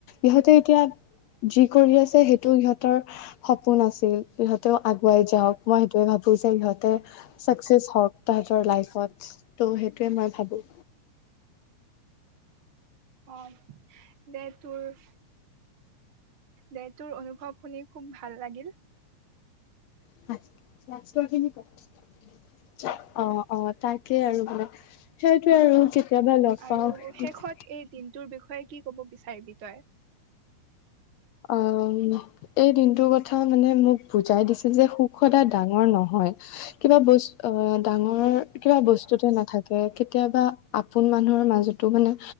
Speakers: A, on the left; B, on the right.
A: ইহঁতে এতিয়া যি কৰি আছে সেইটো ইহঁতৰ সপোন আছিল ইহঁতেও আগুৱাই যাওক মই সেইটোৱে ভাবো যে সিহঁতে চাকচেছ হওক তাহ তৰ লাইত ত' সেইটোৱে মই ভাবো।
B: অ দে তোৰ দে তোৰ অনুভৱ শুনি খুব ভাল লাগিল।
A: অ অ তাকেই আৰু মানে সেইটোৱে আৰু কেতিয়াবা লগ
B: আৰু
A: পাও
B: শেষত এই দিনটোৰ বিষয়ে কি ক'ব বিচাৰিবি তই
A: অ এই দিনটোৰ কথা মানে মোক বুজাই দিছিল যে সুখ সদায় ডাঙ ডাঙৰ নহয় কিবা বস্ত ডাঙৰ কিবা বস্তুতে নাথাকে কেতিয়াবা আপোন মানুহৰ মাজতো মানে